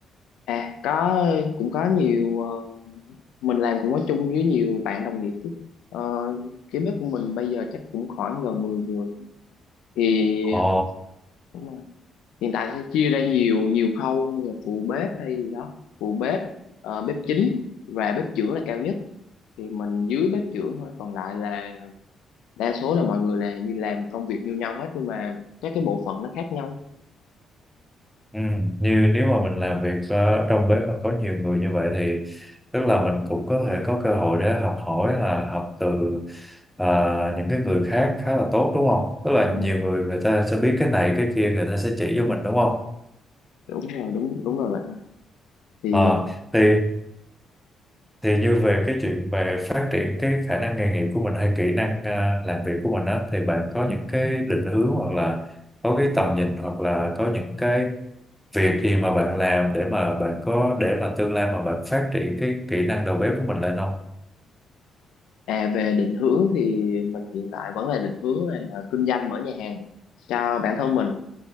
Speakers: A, on the left; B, in the centre.
A: à có cũng có nhiều ờ, mình làm cũng có chung với nhiều bạn đồng nghiệp chứ Ờ, cái bếp của mình bây giờ chắc cũng khoảng gần 10 người thì
B: Ồ,
A: đúng rồi. hiện tại sẽ chia ra nhiều nhiều khâu như là phụ bếp hay gì đó phụ bếp ờ, bếp chính và bếp trưởng là cao nhất thì mình dưới bếp trưởng thôi còn lại là đa số là mọi người là như làm công việc như nhau hết nhưng mà các cái bộ phận nó khác nhau
B: ừ. Như nếu mà mình làm việc ờ, trong bếp mà có nhiều người như vậy thì tức là mình cũng có thể có cơ hội để học hỏi là học từ ờ, những cái người khác khá là tốt đúng không? Tức là
A: Ừ,
B: nhiều người người ta sẽ biết cái này cái kia người ta sẽ chỉ cho mình đúng không?
A: đúng rồi đúng đúng rồi bạn. thì
B: Ờ, thì thì như về cái chuyện về phát triển cái khả năng nghề nghiệp của mình hay kỹ năng ờ, làm việc của mình á thì bạn có những cái định hướng hoặc là có cái tầm nhìn hoặc là có những cái việc gì mà bạn làm để mà bạn có để mà tương lai mà bạn phát triển cái kỹ năng đầu bếp của mình lên không
A: à về định hướng thì mình hiện tại vẫn là định hướng là kinh doanh mở nhà hàng cho bản thân mình